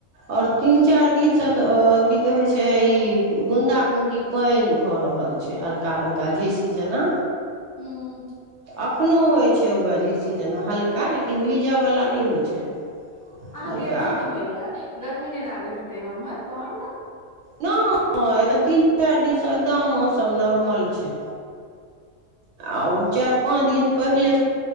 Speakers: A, on the right; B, on the left.
A: और तीन चार दिनस त की कहै छै ई बूंदा बूंदी पानि भऽ रहल छै हल् हल्का हल्का झीसी जेना
B: हूँ
A: अखनो होइ छै वैह झीसी जेना हल्का लेकिन भीज बला नहि होइ छै।
B: अहाँ
A: हल्का
B: के अथी नै होइया गर्मी नै लागोत हेतै ने उम्हर तहन त
A: नोइ ऐखन तीन चार दिन स एकदम मौसम नॉर्मल छै। आउ चार पाँच दिन पहिले